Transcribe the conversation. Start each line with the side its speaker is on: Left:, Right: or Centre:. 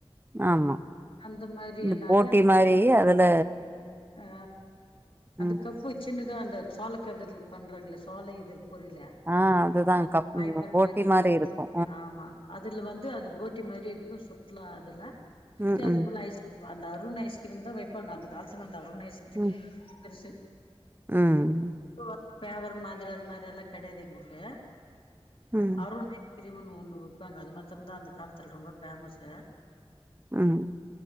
Right: ஆமா
Left: அந்த மாரி
Right: இந்த
Left: என்ன
Right: போட்டி
Left: அதே மாரி
Right: அதுல
Left: ஆ அந்த
Right: ம்
Left: கப் இப்போ சின்னதா அந்த சோளக்கதிர்ல பண்றாங்களே சோள இத பொறில
Right: ஆ அதுதா
Left: அந்த
Right: கப்
Left: பைபர்
Right: ம் போட்டி
Left: மாரி அது அது
Right: இருக்கு
Left: ஆமா அதுல வந்து அது போட்டி மாரி இருக்கு சுட்லா அதுல சுத்தி
Right: ம்
Left: அதுக்குள்ள
Right: ம்
Left: ஐஸ் அந்த அருண் ஐஸ்கிரீம் தா வைப்பாங்க அந்த காலத்துல அந்த அருண் ஐஸ் கிரீமே
Right: ம்
Left: பெருசு
Right: ம்
Left: இப்ப பேவர் மாதிரி அது மாரி எல்லா கெடையாது எங்களுக்கு
Right: ம்
Left: அருண் கிரிம்னு ஒண்ணு விப்பாங்க அது மாத்திரம்தா அந்த காலத்துல ரொம்ப பேமஸ்
Right: ம்